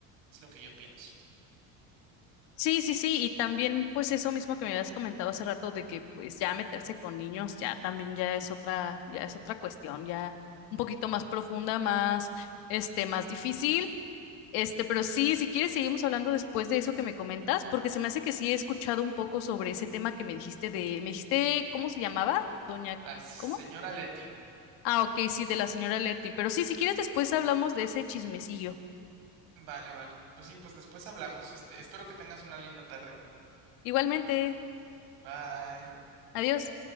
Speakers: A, on the right; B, on the left.
A: Es lo que yo pienso.
B: Sí, sí, sí, y también pues eso mismo que me habías comentado hace rato de que pues ya meterse con niños ya también ya es otra, ya es otra cuestión, ya un poquito más profunda, más, este, más difícil Este, pero sí, si quieres, seguimos hablando después de eso que me comentas, porque se me hace que sí he escuchado un poco sobre ese tema que me dijiste de, me dijiste, ¿cómo se llamaba? Doña,
A: La señora
B: ¿cómo?
A: Leti.
B: Ah, ok, sí, de la señora Leti. Pero sí, si quieres, después hablamos de ese chismecillo.
A: Vale, vale. Pues sí, pues después hablamos. Este, espero que tengas una linda tarde.
B: Igualmente,
A: Bye.
B: adiós.